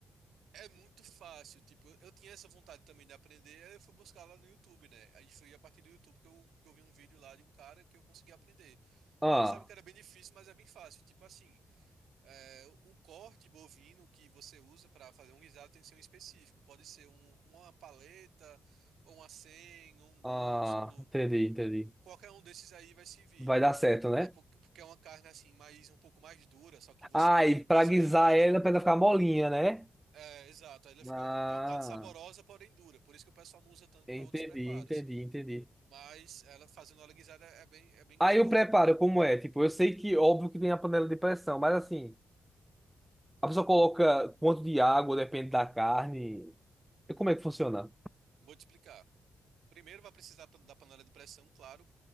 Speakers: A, on the right; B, in the centre.
A: É muito fácil, tipo, eu eu tinha essa vontade também de aprender, aí eu fui buscar lá no YouTube, né? Aí foi a partir do YouTube que eu, que eu vi um vídeo lá de um cara que eu consegui aprender.
B: Ah,
A: Eu pensava que era bem difícil, mas é bem fácil. Tipo assim, é, o corte bovino que você usa para fazer um guisado tem que ser um específico. Pode ser um- uma paleta, ou uma senha, ou um músculo.
B: ah, entendi, entendi.
A: Qu- Qualquer um desses aí vai servir.
B: Vai dar certo, né?
A: né? Por- Porque é uma carne assim, mais um pouco mais dura, só que você
B: Ah, e pra
A: cozinhando
B: guisar
A: ela.
B: ela, pra ela ficar molinha, né?
A: É, exato. Ela fica,
B: Ah,
A: é uma carne saborosa, porém dura. Por isso que o pessoal não usa tanto
B: entendi,
A: para outros preparos.
B: entendi, entendi.
A: Mas ela fazendo ela guisada é é bem, é bem gostoso.
B: Aí o preparo, como é? Tipo, eu sei que óbvio que tem a panela de pressão, mas assim, a pessoa coloca quanto de água, depende da carne. E Como é que funciona?
A: Vou te explicar. Primeiro vai precisar pan- da panela de pressão, claro.